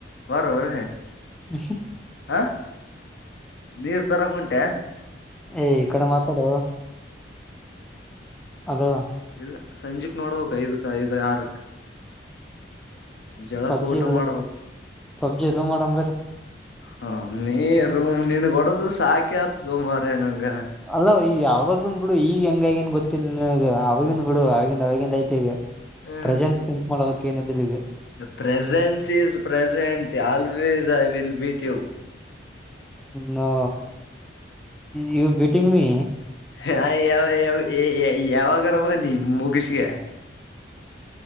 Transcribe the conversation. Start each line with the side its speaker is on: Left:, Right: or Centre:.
Left: ಬರೊ ಎ
Centre: ಹಾ ಹಾ
Left: ಹ ನೀರ್ ತರಕ್ ಹೊಂಟಿ.
Centre: ಏ ಇ ಕಡೆ ಮಾತಾಡು ಅದು
Left: ಇಲ್ಲ ಸಂಜೆಕ್ ನೋಡಕ್ ಐದ ಐದ್ ಆರಕ್ ಜಳಕ್ಕೆ
Centre: ಪಬ್ಜಿ
Left: ಊಟ ಮಾಡಬೇಕ
Centre: ಪಬ್ಜಿ ರೂಮ್ ಮಾಡಂಬರಿ
Left: ಹ ನೀ ರೂಮ್ ನಿನ್ ಹೊಡದು ಸಾಕಿ ಆತದ ಮಾರಾಯ ನಂಗ
Centre: ಅಲ್ಲ ಈಗ ಅವವಾಗಿನ್ ಬಿಡು ಈಗ ಹೆಂಗಗೇನ್ ಗೊತ್ತಿಲ್ಲಗ ಅವವಾಗಿಂದ ಬಿಡು ಅವವಾಗಿಂದ ಅವವಾಗಿಂದ ಐತಿ ಈಗ
Left: ಹ್ಮ್
Centre: ಪ್ರೆಸೆಂಟ್ ಥಿಂಕ್ ಮಾಡದಿಕ್ಕೆ ಏನಿದ್ರ ಇದೆ
Left: present is present always I will beat you
Centre: now you beating me
Left: ಯ ಯ ಯ ಯಾವಗ ಬಾ ನೀ ಮುಗಿಸಿಗೆ